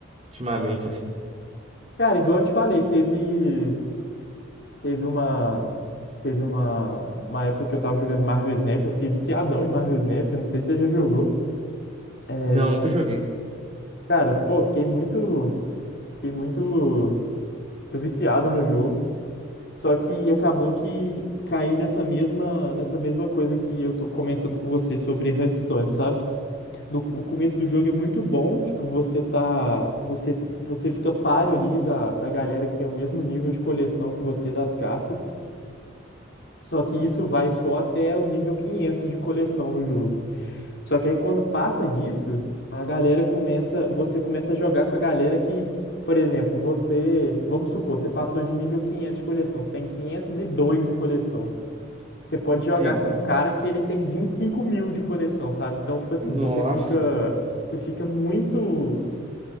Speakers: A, on the right; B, on the left.
A: ultimamente, assim.
B: Cara, igual eu te falei, teve, teve uma, teve uma, uma época que eu tava jogando Marvel Snap, eu fiquei viciadão em Marvel Snap, eu não sei se você já jogou. É,
A: Não, nunca joguei.
B: Cara, pô, fiquei muito, fiquei muito, muito viciado no jogo. Só que acabou que caiu nessa mesma, nessa mesma coisa que eu tô comentando com você sobre Hearthstone, sabe? No, o começo do jogo é muito bom, tipo, você tá, você, você fica páreo ali da, da galera que tem o mesmo nível de coleção que você das cartas. Só que isso vai só até o nível 500 de coleção no jogo. Só que aí quando passa disso, a galera começa, você começa a jogar com a galera que, por exemplo, você, vamos supor, você passou de nível 500 de coleção, você tem 502 de coleção. Você pode jogar
A: Sim.
B: com um cara que ele tem vinte e cinco mil de coleção, sabe? Então, tipo assim,
A: Nossa,
B: você fica, você fica muito,